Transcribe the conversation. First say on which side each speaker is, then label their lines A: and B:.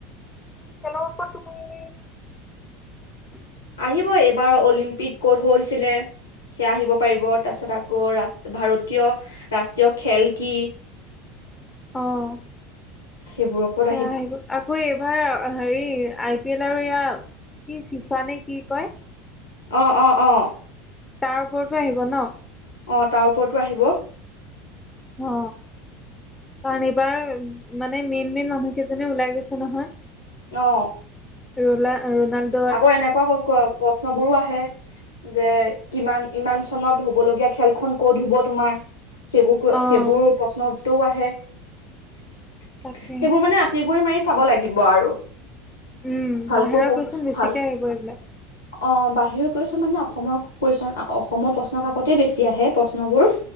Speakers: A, on the left; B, on the left.
A: খেলৰ ওপৰত তুমি <inaudible>
B: আহিব এইবাৰ অলিম্পিক ক'ত হৈছিলে? সেয়া আহিব পাৰিব। তাপিছত আকৌ ৰাষ্ট ভাৰতীয় ৰাষ্ট্ৰীয় খেল কি?
A: অহ
B: সেইবোৰৰ ওপৰত
A: সেয়া আহিব। আকৌ এইবাৰ হেৰী আই পি এল আৰু এয়া কি ফিফা নে কি কয়?
B: অ অ অ।
A: তাৰ ওপৰটো আহিব ন?
B: অ তাৰ ওপৰটো আহিব।
A: অ। কাৰণ এইবাৰ মানে মেইন মেইন মানুহ কেইজনে ওলাই গৈছে নহয়।
B: অ।
A: ৰলা ৰনাল্ড
B: আকৌ এনেকুৱা ক ক প্ৰশ্নবোৰো আহে। যে কিমান ইমান চনত হ'ব লগীয়া খেলখন ক'ত হ'ব তোমাৰ? সেইবোৰ কোৱ
A: অ',
B: সেইবোৰ প্ৰশ্ন উত্তৰো আহে। সেইবোৰ
A: তাকে
B: মানে আ- আটিগুৰি মাৰি চাব লাগিব আৰু।
A: উম
B: ভালকৈ
A: বাহিৰৰ
B: পঢ়
A: কুৱেচন বেছিকে
B: ভাল
A: আহিব এইবিলাক।
B: অ বাহিৰৰ কুৱেচন মানে অসমৰ কুৱেচন অসমৰ প্ৰশ্ন কাকতে বেছি আহে প্ৰশ্নবোৰ।